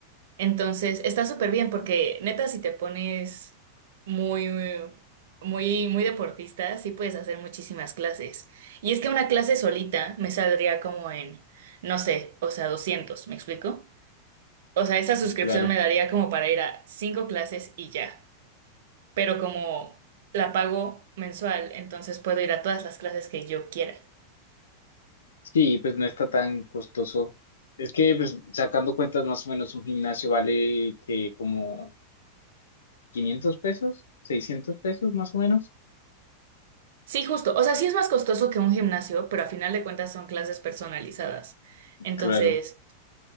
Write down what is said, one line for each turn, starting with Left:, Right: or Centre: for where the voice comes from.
Right: Entonces, está súper bien porque neta, si te pones muy, muy, muy deportista, sí puedes hacer muchísimas clases. Y es que una clase solita me saldría como en, no sé, o sea, doscientos ¿me explico? O sea, esa suscripción
Left: Sí, claro.
Right: me daría como para ir a cinco clases y ya. Pero como la pago mensual, entonces puedo ir a todas las clases que yo quiera.
Left: Sí, pues no está tan costoso. Es que, pues, sacando cuentas, más o menos un gimnasio vale que como 500 pesos, 600 pesos, más o menos.
Right: Sí, justo. O sea, sí es más costoso que un gimnasio, pero a final de cuentas son clases personalizadas. Entonces...
Left: Claro.